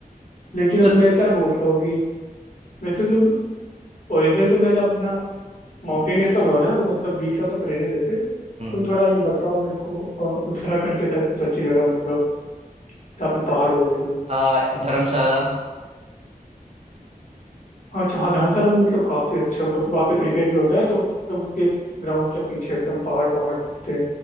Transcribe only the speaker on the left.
लेकिन अभी
मैं क्या बोलता हूँ कि वैसे तुम ओरिजिनल तो मैंने अपना माउंटेनियर्स का बोला था ना तो मतलब बीच का तो रहने देते
तुम थोड़ा ये बताओ मेरे को अ, उत्तराखंड के साइड कुछ अच्छी जगह मतलब जहाँ पे पहाड़ वगैरह हो
हाँ अच्छा हाँ धर्मशाला में मतलब काफी अच्छा मतलब वहाँ पे क्रिकेट भी होता है तो मतलब उसके ग्राउंड के पीछे एकदम पहाड़ पहाड़ दिखते हैं